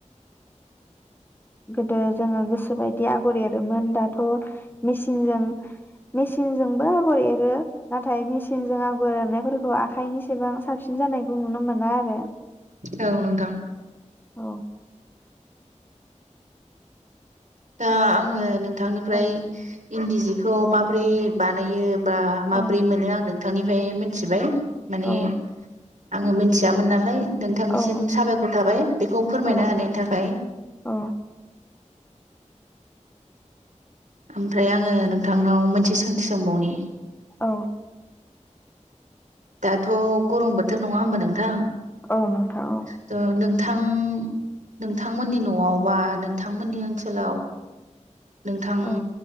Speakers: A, on the left; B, on the right.
A: गोदो जोङो गोसो बाय दि आगर एरोमोन। दाथ' मचिनजों मेचिनजोंबो आगर एरो। नाथाय मेचिनजों आगर एरनायफोरखौ आखाइनिसिबां साबसिन जानायखौ नुनो मोना आरो।
B: औ नोंथां।
A: औ।
B: दा आंङो नों थांनिफ्राय
A: औ
B: इन्दि जिखौ माबोरै बानायो बा
A: औ
B: माब्रै मोनो आं नों थांनिफ्राय मिथिबाय। माने
A: औ
B: आंङो मोन थियामोन नालाय नोंथांनिसिम
A: औ
B: साबायखर थाबाय बेखौ फोरमायना
A: औ
B: होनायनि थाखाय।
A: औ
B: ओमफ्राय आङो नोंथांनाव मोनसे सोंथि सोंबावनि।
A: औ।
B: दाथ' गरम बोथोर नङा होमबा नों थां।
A: औ नोंथां औ
B: थ' नों‌ नोंथां नोंथांमोननि न'आव बा नोंथांमोननि ओनसोलाव नोंथां
A: औ